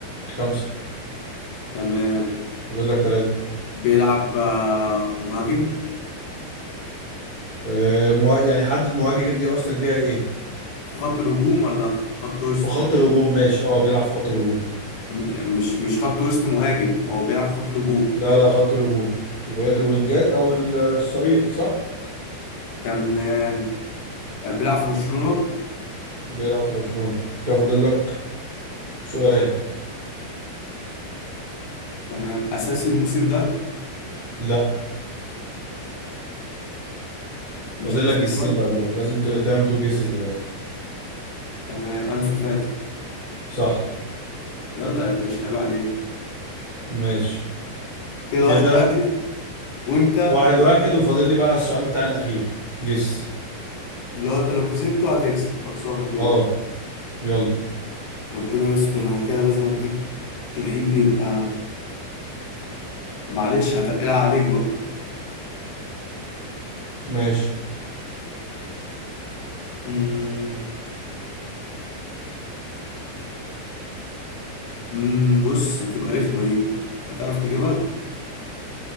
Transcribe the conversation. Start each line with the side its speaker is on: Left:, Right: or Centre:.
Right: خمسه
Left: تمام
Right: فاضل لك ثلاثه
Left: بيلعب آه، مهاجم
Right: آه مه... يعني حدد مهاجم دي قصدك بيها ايه
Left: في خط الهجوم ولا خط وسط
Right: في خط الهجوم ماشي اه بيلعب في خط الهجوم
Left: م- يعني مش مش خط وسط مهاجم هو بيلعب في خط الهجوم
Right: لا لا خط الهجوم اللي هي الوينجات او ال- الصريح صح
Left: تمام بيلعب في برشلونة
Right: بيلعب في برشلونة كده فاضل لك سؤال
Left: تمام اساسي الموسم ده
Right: لا فاضل
Left: مش اساسي
Right: لك جسين
Left: خالص
Right: بقى دلوقتي لازم ت- تعمل تو جيسز دلوقتي
Left: تمام انسو فاتي
Right: صح
Left: يلا يا باشا عيب عليك
Right: ماشي
Left: كده
Right: كده
Left: واحد واحد وانت
Right: واحد واحد وفاضل لي بقى السؤال بتاع الاخير جس
Left: لو انت لو كسبته هتكسب خلصانه كده
Right: اه يلا
Left: ربنا يستر انا كده لازم اديك لعيب بيبقى معلش هتقلها عليك بقى
Right: ماشي
Left: امم أمم، بص هتبقى رخمه دي هتعرف تجيبها